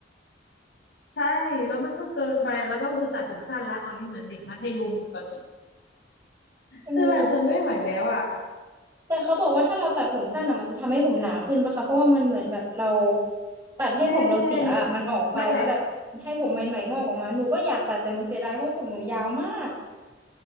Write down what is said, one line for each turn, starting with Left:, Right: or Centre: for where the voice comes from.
Left: ใช่แล้วมันก็เกินไปแล้วก็คือตัดผมสั้นละตอนนี้เหมือนเด็กมัธยมอยู่ตอนเนี้ย
Right: เออ
Left: คือแบบทนไม่ไหวแล้วอ่ะ
Right: แต่เขาบอกว่าถ้าเราตัดผมสั้นอะมันจะทำให้ผมหนาขึ้นปะคะเพราะว่ามันเหมือนแบบเราตัดให้ผมเราเสียอะมันออกไปแล้วแบบให้ผมใหม่ๆงอกออกมาหนูก็อยากตัดแต่หนูเสียดายเพราะผมหนูยาวมาก
Left: ใช่ใช่นั่นแหละ